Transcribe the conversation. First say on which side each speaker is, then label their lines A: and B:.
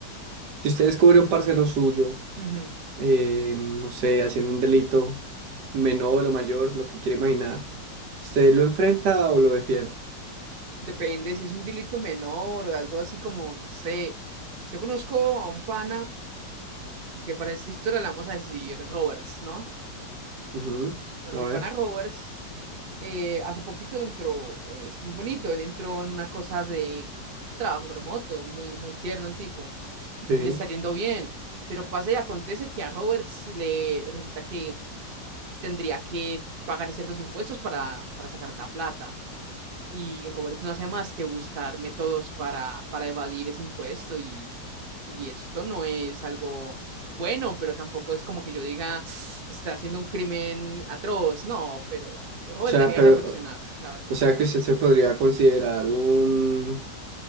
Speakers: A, on the right (about 75°); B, on the right (about 45°).
A: Si usted descubre un parcero suyo,
B: ujú.
A: eh, no sé, haciendo un delito menor o mayor, lo que quiere imaginar. ¿Usted lo enfrenta o lo defiende?
B: Depende si es un delito menor o algo así como, no sé. Yo conozco a un pana que para esta historia le vamos a decir Roberts, ¿no?
A: Ujú,
B: Bueno,
A: A
B: mi
A: ver,
B: pana Roberts eh, hace poquito entró, eh, es muy bonito, él entró en una cosa de trabajo remoto, muy, muy tierno el tipo,
A: sí.
B: él le está
A: O
B: yendo bien, pero pasa y acontece que a Roberts le resulta que tendría que pagar ciertos impuestos para, para sacar la plata. Y Roberto no hace más que buscar métodos para, para evadir ese impuesto y, y esto no es algo bueno, pero tampoco es como que yo diga, "Ah, está haciendo un crimen atroz, no, pero, pero Robert
A: sea,
B: debería
A: pero,
B: reflexionar, la verdad.
A: o sea que usted se podría considerar un,